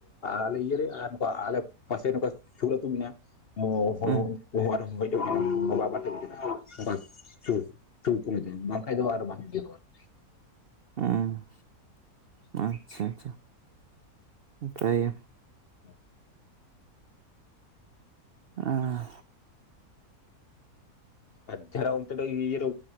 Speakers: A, on the left; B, on the right.
A: ᱟᱞᱮ ᱤᱭᱟᱹ ᱨᱮ ᱟᱨ ᱱᱚᱝᱠᱟ ᱟᱞᱮ ᱯᱟᱥᱮ ᱱᱚᱝᱠᱟ ᱥᱩᱨ ᱟᱹᱛᱩ ᱢᱮᱱᱟᱜ-ᱟ ᱦᱳ ᱦᱳᱭ
B: ᱦᱮᱸ
A: ᱚᱸᱰᱮ <unintelligible> ᱫᱩ ᱥᱩᱨ ᱠᱚᱨᱮ ᱫᱚ ᱵᱟᱝ ᱠᱷᱟᱡ ᱫᱚ ᱟᱨ ᱵᱟᱝ ᱤᱭᱟᱹ ᱫᱚ ᱵᱟᱝ ᱾
B: ᱩᱸ ᱟᱪᱪᱷᱟ ᱟᱪᱪᱷᱟ, ᱱᱟᱯᱟᱭ ᱜᱮ ᱾
A: <unintelligible>
B: ᱟ
A: ᱟᱨ ᱡᱟᱦᱟᱱᱟᱜ ᱚᱱᱛᱮ ᱫᱚ ᱤᱭᱟᱹ ᱠᱚ